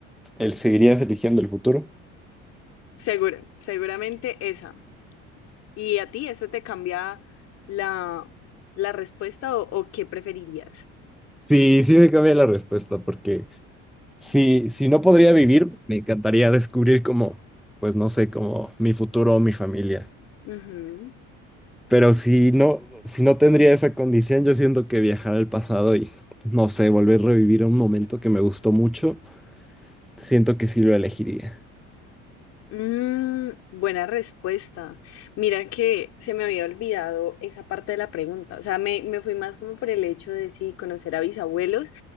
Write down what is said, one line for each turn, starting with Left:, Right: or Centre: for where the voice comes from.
Centre: ¿el seguirías eligiendo el futuro?
Left: Seguro, seguramente esa. ¿Y a ti eso te cambia la, la respuesta o, o qué preferirías?
Centre: Sí, sí me cambia la respuesta porque Si, si no podría vivir, me encantaría descubrir como, pues no sé, como mi futuro o mi familia.
Left: Ujú.
Centre: Pero si no, si no tendría esa condición, yo siento que viajar al pasado y, no sé, volver a revivir un momento que me gustó mucho, siento que sí lo elegiría.
Left: Mm, buena respuesta. Mira que se me había olvidado esa parte de la pregunta. O sea, me, me fui más como por el hecho de sí, conocer a bisabuelos